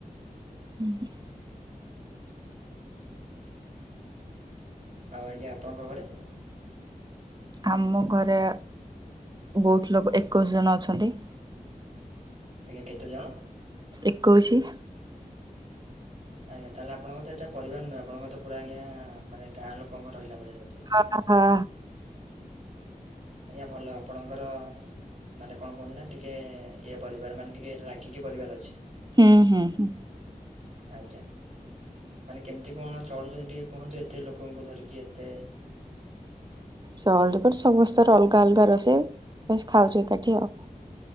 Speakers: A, on the right (about 30°); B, on the right (about 45°).
A: <unintelligible>
B: ଆଉ ଆଜ୍ଞା ଆପଣଙ୍କ ଘରେ?
A: ଆମ ଘରେ ବହୁତ୍ ଲୋକ ଏକୋଇଶ ଜଣ ଅଛନ୍ତି।
B: ଆଜ୍ଞା କେତେଜଣ?
A: ଏକୋଇସି।
B: ଆଜ୍ଞା ତାହେଲେ ଆପଣଙ୍କ ତ ଏଟା ପରିବାର ନୁହେଁ, ଆପଣଙ୍କ ତ ପୁରା ଆଜ୍ଞା ମାନେ ଗଁ ଲୋକଙ୍କ ରହିଲା ଭଳିଆ ବୋଧେ।
A: ଆ ହ ହଁ।
B: ଆଜ୍ଞା ଭଲ ଆପଣଙ୍କର ମାନେ କଣ କୁହନ୍ତି ନା ଟିକେ ଇଏ ପରିବାର ମାନେ ଟିକେ ଲାଗିକି ପରିବାର ଅଛି।
A: ହୁଁ-ହୁଁ-ହୁଁ।
B: ଆଜ୍ଞା। ମାନେ କେମ୍ତି କଣ ଚଡୁଚନ୍ତି ଟିକେ କୁହନ୍ତୁ ଏତେ ଲୋକଙ୍କୁ ଧରିକି ଏତେ
A: <unintelligible> ସମସ୍ତଙ୍କର ଅଲଗା-ଅଲଗା ରୋଷେଇ ବାସ୍ ଖାଉଚୁ ଏକାଠି ଆଉ।